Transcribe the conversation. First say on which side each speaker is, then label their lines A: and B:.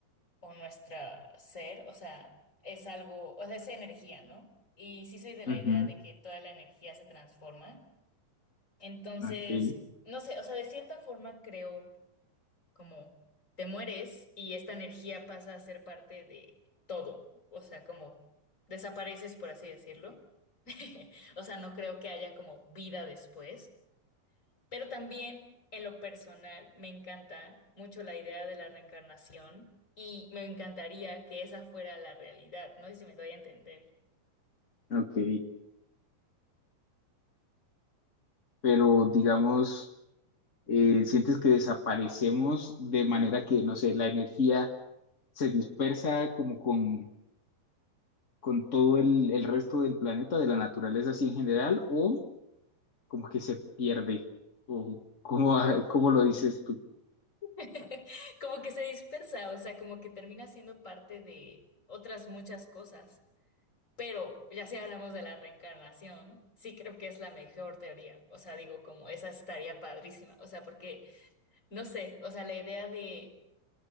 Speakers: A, on the left; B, on the left.
A: o nuestra ser, o sea, es algo, o sea, es energía, ¿no? Y sí soy de
B: <laughs>
A: la
B: Ujú,
A: idea de que toda la energía se transforma. Entonces,
B: Ok,
A: no sé, o sea, de cierta forma creo como te mueres y esta energía pasa a ser parte de todo, o sea, como desapareces, por así decirlo. <laughs> O sea, no creo que haya como vida después, pero también en lo personal me encanta mucho la idea de la reencarnación y me encantaría que esa fuera la realidad, no sé si me doy a entender.
B: ok. Pero digamos... eh, sientes que desaparecemos de manera que, no sé, la energía se dispersa como con, con todo el, el resto del planeta, de la naturaleza así en general, o como que se pierde, o cómo, <laughs> cómo lo dices tú.
A: <laughs> Como que se dispersa, o sea, como que termina siendo parte de otras muchas cosas. Pero ya si hablamos de la reencarnación, sí creo que es la mejor teoría. O sea, digo, como esa estaría padrísima. O sea, porque, no sé, o sea, la idea de,